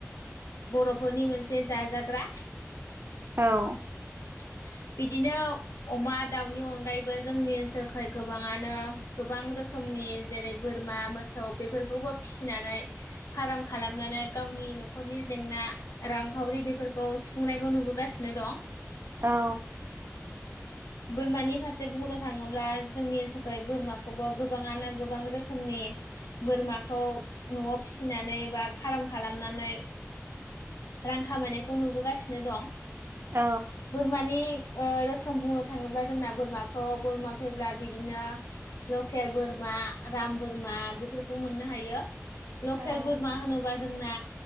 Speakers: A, on the left; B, on the right.
A: बर'फोरनि मोनसे जाजाग्रा
B: औ
A: <unintelligible> <inaudible> बिदिनो अमा दाउनि अनगायैबो जोंनि ओनसोलखै गोबाङानो गोबां रोखोमनि जेरै बोरमा मोसौ बेफोरखौबो फिसिनानै फार्म खालामनानै गावनि न'खरनि जेंना रांखावरि बेफोरखौ सुफुंनायखौ नुबो गासिनो दं।
B: औ
A: बोरमानि फारसे बुंनो थाङोब्ला जोंनि ओनसोलखै बोरमाखौबो गोबाङानो गोबां रोखोमनि बोरमाखौ न'आव फिसिनानै बा फार्म खालामनानै रां खामायनायखौ नुबोगासिनो दं
B: औ
A: बोरमानि ओ रोखोम बुंनो थाङोब्ला जोंना बोरमाखौ बोरमा फैब्ला बिदिनो लकेल बोरमा राम बोरमा बेफोरखौ मोननो हायो लकेल
B: औ
A: बोरमा होनोबा जोंना